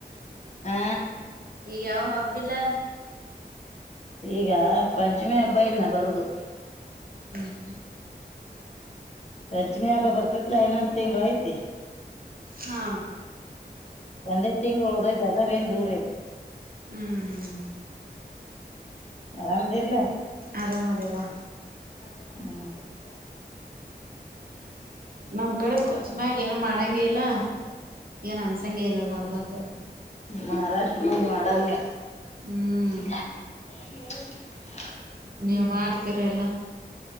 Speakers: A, on the left; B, on the right.
A: ಹಾ
B: ಈಗ ಯಾವ ಹಬ್ಬಿಲ್ಲ
A: ಈಗ ಪಂಚಮಿ ಅಬ್ಬಾಯನ್ನ ಬರುದು
B: ಹ್ಮ್
A: ಪಂಚಮಿ ಹಬ್ಬ ಬರ್ತೈತ್ಲ ಏನ ತಿಂಗಳ ಐತೆ
B: ಹಾ
A: ಒಂದೈ ತಿಂಗಳು ಒಓದೈತ ಅದ್ರ ಏನ್ ದೂರ ಐ್ತ
B: ಹ್ಮ್ ಹ್ಮ್ ಹ್ಮ್
A: ಆರಾಮದಿರಲ
B: ಆರಾಮ ದೇವಾ
A: ಹ್ಮ
B: ನಮ್ ಕಡೆ ಪಂಚಮಗ ಏನು ಮಾಡಂಗಗೆ ಇಲ್ಲ ಏನ್ ಅನ್ಸಂಗ ಇಲ್ಲದ ಹಬ್ಬತ್
A: ಮಹಾರಾಷ್ಟ್ರ ಮಂದ್ ಮಾಡಲ್ ನೀವು
B: ಹ್ಮ್
A: ಹ್ಮ
B: ನೀವುಮಾಡ್ತೀರಿ ಎಲ್ಲ